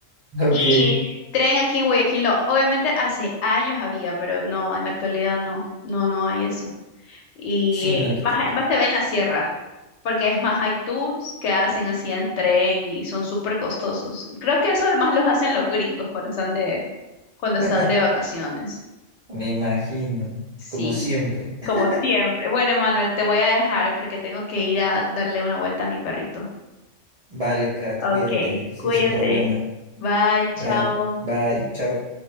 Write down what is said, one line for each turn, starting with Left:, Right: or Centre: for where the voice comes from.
Right: Ok.
Left: Y tren aquí en Guayaquil, lo- obviamente hace años había, pero no, en la actualidad no, no, no hay eso. Y
Right: Sí,
Left: eh,
Right: no, aquí
Left: más,
Right: tampoco.
Left: más te ve en la sierra, porque es más hay tours que hacen así en tren y son súper costosos. Creo que eso más los hacen los gringos cuando están de, cuando
Right: <laughs>
Left: están de vacaciones.
Right: Me imagino,
Left: Sí,
Right: como siempre. <laughs>
Left: como siempre. Bueno, Manuel, te voy a dejar porque tengo que ir a darle una vuelta a mi perrito.
Right: Vale, Kat,
Left: Ok,
Right: cuídate. Sí,
Left: cuídate.
Right: sin problema.
Left: Bye, chao.
Right: Bye, bye, chao.